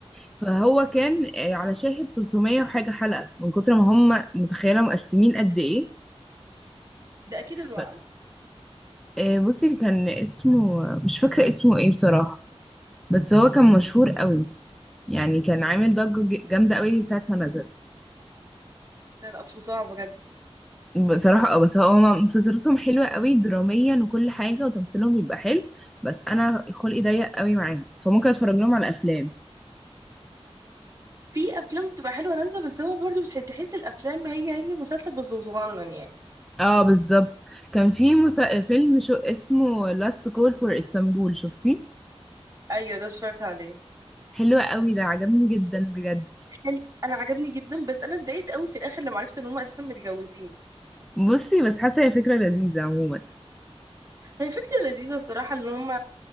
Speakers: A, in the centre; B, on the right.
A: فهو كان آه، على شاهد 300 وحاجة حلقة من كتر ما هم متخيلة مقسمين قد ايه
B: ده اكيد الوعد
A: ف- آه، بصي كان اسمه مش فاكرة اسمه ايه بصراحة بس هو كان مشهور قوي يعني كان عامل ضجة ج- جامدة قوي ساعة ما نزل
B: لا لا فظاع بجد
A: بصراحة اه بس هو هما مسلسلاتهم حلوة قوي دراميا وكل حاجة وتمثيلهم بيبقى حلو بس انا خلقي ضيق قوي معاهم فممكن اتفرج لهم على افلام
B: في افلام بتبقى حلوه نازله بس هو برضه مش تحس الافلام هي هي مسلسل بس صغنن يعني
A: اه بالظبط كان في مسا... فيلم شو اسمه Last Call for Istanbul شفتيه
B: ايوه ده اتفرجت عليه
A: حلو قوي ده عجبني جدا بجد
B: حلو انا عجبني جدا بس انا اتضايقت قوي في الاخر لما عرفت ان هم اساسا متجوزين
A: بصي بس حاسه هي فكره لذيذه عموما
B: هي فكره لذيذه الصراحه ان هم